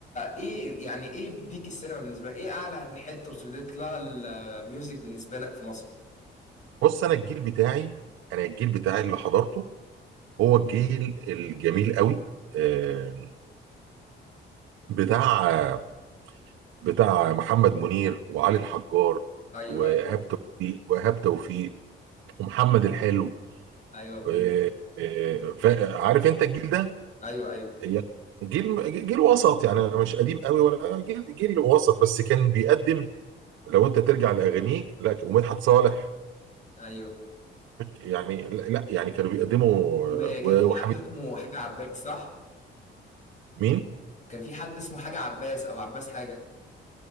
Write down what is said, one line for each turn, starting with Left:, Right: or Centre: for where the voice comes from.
Left: ايه يعني ايه بيك السينما بالنسبه لك ايه اعلى حته وصلت لها الميوزك بالنسبه لك في مصر
Right: بص انا الجيل بتاعي انا الجيل بتاعي اللي حضرته هو الجيل الجميل قوي آه، بتاع بتاع محمد منير وعلي الحجار
Left: ايوه
Right: وايهاب
Left: ايوه
Right: توفيق وايهاب توفيق ومحمد الحلو
Left: ايوه فهمت
Right: آه، آه، ف- عارف انت الجيل ده
Left: ايوه ايوه
Right: يعني جيل جيل وسط يعني أنا مش قديم قوي ولا جيل جيل وسط بس كان بيقدم لو انت ترجع لاغانيه لا ومدحت صالح
Left: ايوه
Right: يعني لا لا، يعني كانوا بيقدموا
Left: وكان
Right: آه، و-
Left: في
Right: وحميد
Left: حد اسمه حاجة عباس صح؟
Right: مين
Left: كان في حد اسمه حاجة عباس أو عباس حاجة